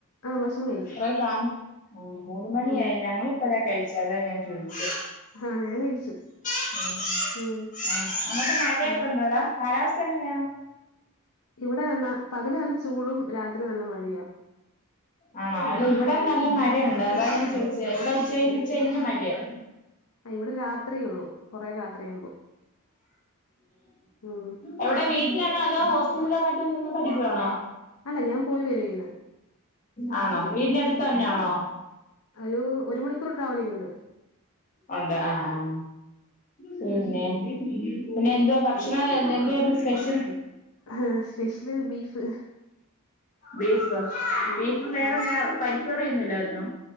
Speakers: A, on the left; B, on the left.
A: ആ ഭക്ഷണം കഴിച്ചു
B: ഇത്രയും സമയം ആഹ് മൂന്ന് മണിയായി
A: ഉം
B: ഞങ്ങളിപ്പളാ കഴിച്ച അതാ ഞാൻ ചോദിച്ചത്
A: ആഹ ഞാൻ കഴിച്ചു
B: ഉ
A: ഉം
B: ആ അങ്ങോട്ട് മഴയൊക്കെ
A: ഉം
B: ഉണ്ടോ ടാ കാലാവസ്ഥ എങ്ങനെയാ
A: ഇവിടെ പകല് നല്ല ചൂടും രാത്രി നല്ല മഴയാ
B: ആണോ അല്ല ഇവിടെ നല്ല മഴയുണ്ട് അതാ ഞാൻ ചോദിച്ച ഇവിടെ ഉച്ച കയിഞ്ഞ് ഉച്ചകഴിഞ്ഞ് മഴയാണ്
A: ആ ഇവിടെ രാത്രിയ ഉള്ളൂ കൊറെ രാത്രിയാവുമ്പോ ഉം
B: എവിടെ വീട്ടിലാണോ അതോ ഹോസ്റ്റലിലോ മറ്റോ നിന്ന് പഠിക്കുവാണോ
A: അല്ല ഞാൻ പോയി വരുവ ചെയ്യുന്ന
B: ആണോ വീടിന്റെ അടുത്ത് തന്നെയാണോ
A: ഒരു ഒരു മണിക്കൂർ ട്രാവലിംഗ ഉണ്ട്
B: ഉണ്ട് ആഹ ആഹ പിന്നെ പിന്നെ എന്തുവാ ഭക്ഷണം എന്തുവായിരുന്നു സ്പെഷ്യൽ
A: ആഹ് സ്പെഷ്യല് ബീഫ്
B: ബീഫ്
A: ഉം
B: ബീഫും വേറെന്നാ
A: ആഹ്
B: പരിപ്പ്കറി ഒന്നും ഇല്ലായിരുന്നോ